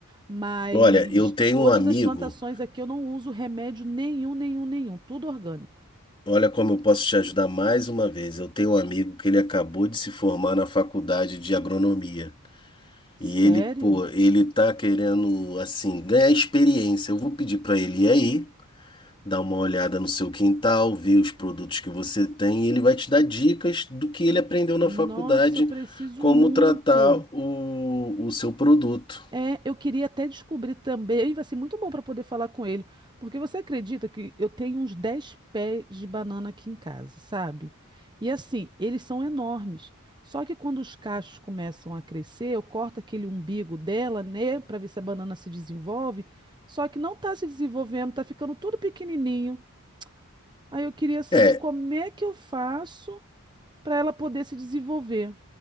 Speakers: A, on the right; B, on the left.
A: Mas
B: Olha, eu tenho
A: todas
B: um amigo,
A: as plantações aqui eu não uso remédio nenhum, nenhum, nenhum, tudo orgânico.
B: olha como eu posso te ajudar mais uma vez. Eu tenho um amigo que ele acabou de se formar na faculdade de agronomia.
A: Sério?
B: E ele, pô, ele tá querendo, assim, ganhar experiência. Eu vou pedir pra ele ir aí, dar uma olhada no seu quintal, ver os produtos que você tem, e ele vai te dar dicas do que ele aprendeu na
A: Nossa,
B: faculdade,
A: eu preciso
B: como
A: muito.
B: tratar o, o seu produto.
A: É, eu queria até descobrir também, vai ser muito bom para poder falar com ele, porque você acredita que eu tenho uns 10 pés de banana aqui em casa, sabe? E assim, eles são enormes. Só que quando os cachos começam a crescer, eu corto aquele umbigo dela, né, para ver se a banana se desenvolve. Só que não tá se desenvolvendo, tá ficando tudo pequenininho. Aí eu queria saber
B: é
A: como é que eu faço para ela poder se desenvolver.